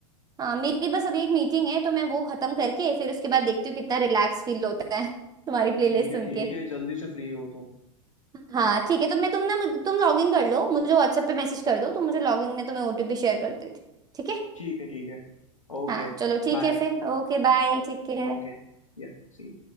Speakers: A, on the right (about 25°); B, on the left (about 85°).
A: हाँ मेरी बस अभी एक मीटिंग है तो मैं वो खत्म करके फिर उसके बाद देखती हूँ कितना रिलैक्स फील होता है <laughs> तुम्हारी प्लेलिस्ट
B: ठीक है
A: सुन
B: ठीक
A: के
B: है जल्दी से फ्री हो तुम
A: हाँ
B: है?
A: ठीक है तो मैं तुम ना मुझ- तुम लॉग इन कर लो मुझे व्हाट्सएप पे मैसेज कर दो तो मुझे लॉग इन में तुम्हें ओटीपी शेयर कर देती हूँ, ठीक है
B: ठीक है ठीक है ओके
A: हाँ चलो ठीक
B: बाय
A: है फिर ओके बाय ठीक है
B: ओके या सी